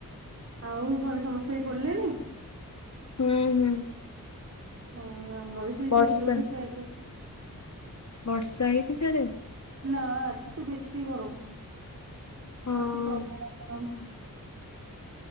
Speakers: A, on the right; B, on the left.
A: ଆଉ ଘରେ ସମେ ଶୋଇପଡ଼ିଲେନି?
B: ହୁଁ ହୁଁ
A: ହଁ ଆମର ବି ସେ
B: ବର୍ଷା
A: ଶୋଇଲୁଣି ଶୋଇବାକୁ।
B: ବର୍ଷା ହେଇଛି ସିଆଡେ,
A: ନାଆ ଆଜି ତ ବେଶି ଗରମ,
B: ହଁ
A: ଆଜି ପ୍ରବଳ ଗରମ,